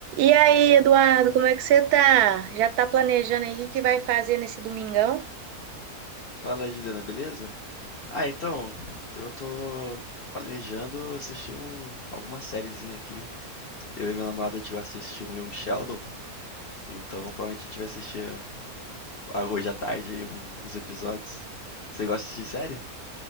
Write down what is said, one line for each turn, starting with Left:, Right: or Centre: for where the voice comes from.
Right: E aí, Eduardo, como é que você tá? Já tá planejando aí o que vai fazer nesse domingão?
Left: Fala aí, Juliana, beleza? Ah, então, eu tô planejando assistir um, alguma sériezinha aqui. Eu e minha namorada, a gente vai assistir um Young Sheldon, então provavelmente a gente vai assistir ah, hoje à tarde aí um- uns episódios. Você gosta de assistir série?